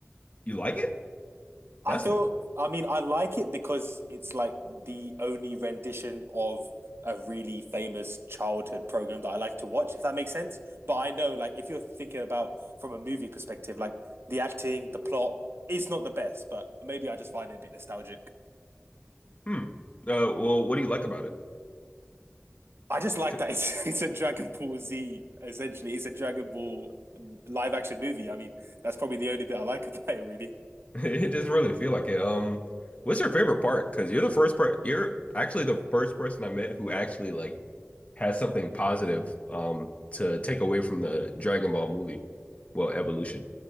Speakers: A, on the left; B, on the right.
A: you like it?
B: I
A: That's
B: feel,
A: new.
B: I mean, I like it because it's like the only rendition of a really famous childhood program that I like to watch, if that makes sense. But I know, like, if you're thinking about from a movie perspective, like the acting, the plot, it's not the best, but maybe I just find it a bit nostalgic.
A: Hmm. Uh, well, what do you like about it?
B: I just like
A: C-
B: that it's <laughs> it's a Dragon Ball Z essentially. It's a Dragon Ball live action movie. I mean, that's probably the only bit I like <laughs> about it, really.
A: <laughs> It doesn't really feel like it. Um, what's your favorite part? Because you're the first part, you're actually the first person I met who actually like has something positive um to take away from the Dragon Ball movie. Well, Evolution.